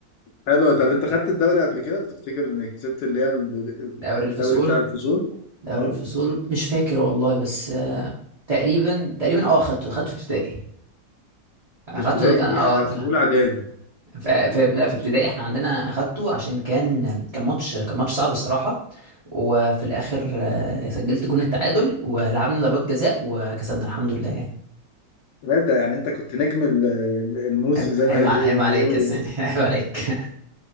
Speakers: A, on the left; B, on the right.
A: حلو طب أنت خدت الدوري قبل كده تفتكر إنك كسبت اللي هي ال-
B: دوري
A: الدوري
B: الفصول
A: بتاع الفصول؟
B: دوري
A: اه
B: الفصول مش فاكر والله بس آه، تقريبا تقريبا اه اخدته اخدته في ابتدائي اخدته
A: في ابتدائي
B: كان اه
A: أنا في أولى إعدادي
B: في في لا في ابتدائي احنا عندنا اخدته عشان كان كان ماتش كان ماتش صعب الصراحه وفي الاخر آه، سجلت جون التعادل ولعبنا ضربات جزاء وكسبنا الحمد لله يعني
A: لا ده يعني انت كنت نجم ال- ال- الموسم
B: عيب
A: زي
B: عيب
A: ما هيقول
B: عيب
A: بيقولوا
B: عليك يا سيدي <laughs> عيب عليك